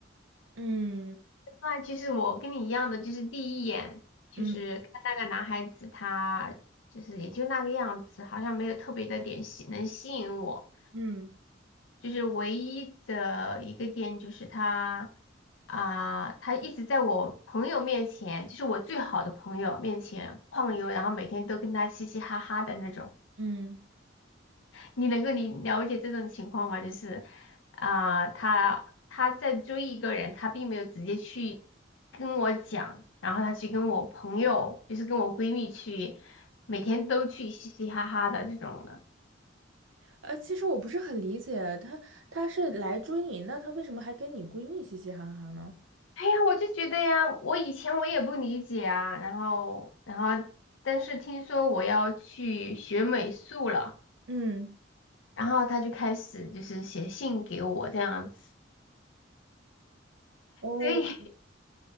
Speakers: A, on the right; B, on the left.
A: 嗯
B: 那其实我跟你一样的，就是第一眼就是看那个男孩子，
A: 嗯
B: 他就是也就那个样子，好像没有特别的点吸能吸引我。
A: 嗯
B: 就是唯一的一个点就是他啊、他一直在我朋友面前，就是我最好的朋友面前晃悠，然后每天都跟他嘻嘻哈哈的那种。
A: 嗯。
B: 你能够理了解这种情况吗？就是啊、他他在追一个人，他并没有直接去跟我讲，然后他去跟我朋友，就是跟我闺蜜去，每天都去嘻嘻哈哈的这种的。
A: 呃，其实我不是很理解，她她是来追你，那她为什么还跟你闺蜜嘻嘻哈哈呢？
B: 哎呀，我就觉得呀，我以前我也不理解啊，然后然后，但是听说我要去学美术了，
A: 嗯，
B: 然后他就开始就是写信给我这样子，
A: 哦，
B: 所以